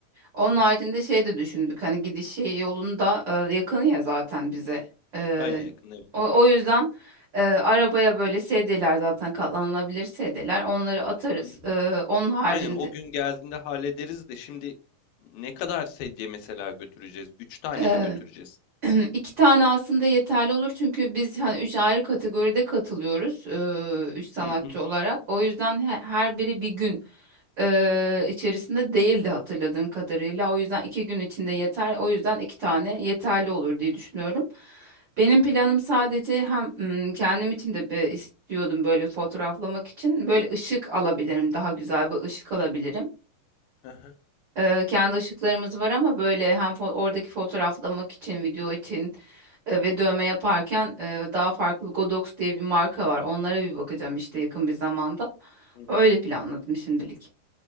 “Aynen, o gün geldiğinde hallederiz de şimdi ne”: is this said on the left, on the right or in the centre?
Left